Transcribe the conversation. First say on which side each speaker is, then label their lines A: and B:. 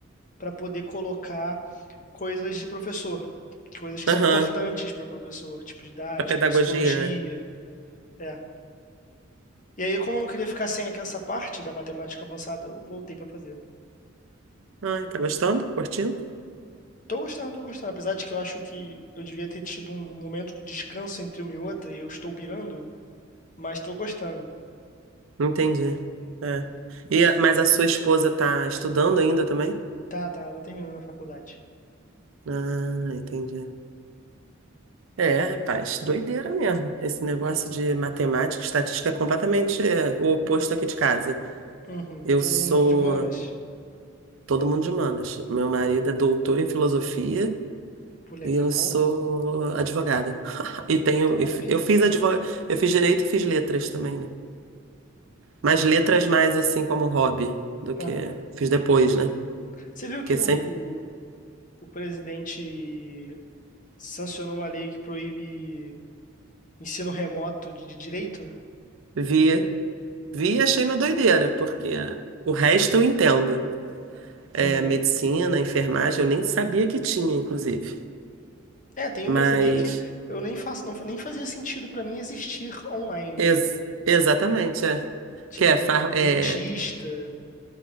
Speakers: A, on the left; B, on the right.
A: para poder colocar coisas de professor, coisas que
B: Aham,
A: são importantes para professor, tipo didática,
B: pra pedagogia,
A: psicologia,
B: né?
A: é. E aí, como eu não queria ficar sem essa parte da matemática avançada, eu voltei para fazer.
B: Ai, tá gostando? Curtindo?
A: Tô gostando, tô gostando. Apesar de que eu acho que eu devia ter tido um momento de descanso entre uma e outra, e eu estou pirando, mas tô gostando.
B: Entendi. É. E, a- mas a sua esposa tá estudando ainda também?
A: Tá, tá, tá terminando a faculdade.
B: Ah, entendi. É, rapaz, doideira mesmo. Esse negócio de matemática, estatística é completamente é, o oposto aqui de casa.
A: Uhum.
B: Eu
A: Todo
B: sou
A: mundo de humanas?
B: todo mundo de humanas. Meu marido é doutor em filosofia
A: Pô, legal,
B: e eu sou advogada. <laughs> E tenho,
A: top.
B: e f- eu fiz advog... eu fiz direito e fiz letras também, né? Mas letras mais assim como hobby do que
A: Aham.
B: fiz depois, né?
A: Você viu que
B: Porque
A: o,
B: sempre
A: o presidente sancionou uma lei que proíbe ensino remoto de direito?
B: vi. Vi e achei uma doideira, porque o resto eu entendo. É,
A: Aham.
B: medicina, enfermagem, eu nem sabia que tinha, inclusive.
A: É, tem
B: Mas,
A: umas ali que eu nem faço, não, nem fazia sentido pra mim existir online,
B: ex-
A: né?
B: exatamente, é.
A: Tipo,
B: Que é, far- é,
A: dentista,